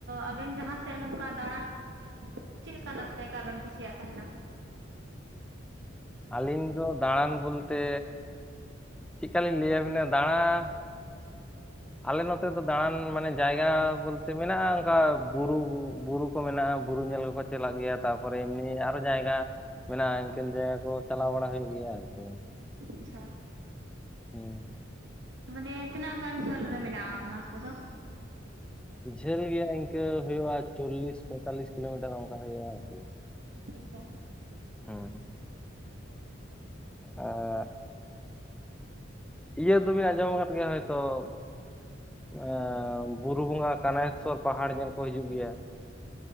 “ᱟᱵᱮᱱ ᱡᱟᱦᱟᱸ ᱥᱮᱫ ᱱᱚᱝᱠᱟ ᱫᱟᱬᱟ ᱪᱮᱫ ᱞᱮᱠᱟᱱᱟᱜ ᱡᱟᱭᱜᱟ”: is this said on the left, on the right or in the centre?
Right